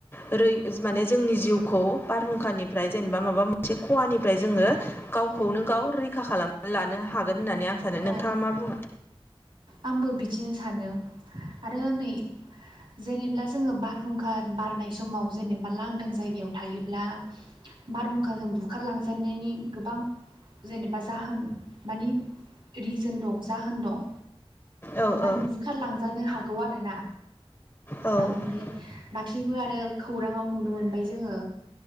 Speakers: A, on the left; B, on the right.
A: ओरै माने जोंनि जिउखौ बारहुंखानिफ्राय जेनेबा माबा मोनसे खहानिफ्राय जोङो गावखौनो
B: औ
A: गाव रैखा खालामना लानो हागोन होननानै आं सानो
B: औ
A: नोंथाङा मा बुङो?
B: आंबो बिदिनो सानो आरो नै जेनेबला जोङो बार हुंखा बारनाय समाव जेनेबा लांदां जायगायाव थायोब्ला बारहुंखाजों बुखारलांजेननायनि गोबां जेनेबा जाहोन मानि रिजोन दं जाहोन दं।
A: औ
B: माने
A: औ
B: बुखारलांजानो हागौ आरोना।
A: औ
B: आमफ्राय दाख्लिबो आरो खौरांवाव नुनो मोन ओमफाय जोङो